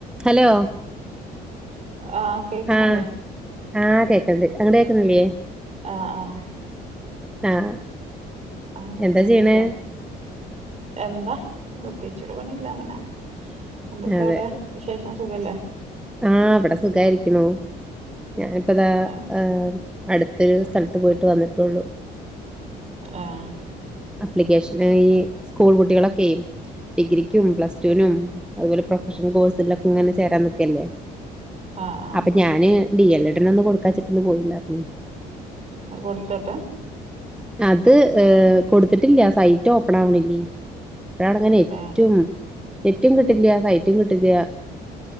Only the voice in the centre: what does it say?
Hello
ആഹ് ആഹ് കേക്കണ്ട് അങ്ങനെ കേക്കുണില്ലേ
ആഹ്
എന്താ
ചെയ്യണേ
അതെ
ആഹ് അവിടെ സുഖായിരിക്കണു ഞാനിപ്പതാ
ഏ അടുത്തൊരു സ്ഥലത്ത് പോയിട്ട് വന്നിട്ടൊള്ളു
അപ്ലിക്കേഷൻ ഈ സ്കൂൾ കുട്ടികളൊക്കെ ഡിഗ്രിക്കും പ്ലസ ടൂനും അതുപോലെ പ്രൊഷണൽ കോഴ്സുകളിലൊക്കെ ഇങ്ങെ ചേരാൻ ക്കല്ലേ
അപ്പൊ ഞാന് ഡി എൽ എഡിന ഒന്നും കൊടുക്കാ ചിട്ടന്ന് പോയിണ്ടായിര്ന്നെ
അത് ഏ കൊടുത്തിട്ടില്ല സൈറ്റ് ഓപ്പൺ ആവണില്ലേ അതണങ്ങനെ നെറ്റും
നെറ്റുകിട്ടില്ല സൈറ്റും കിട്ടില്ല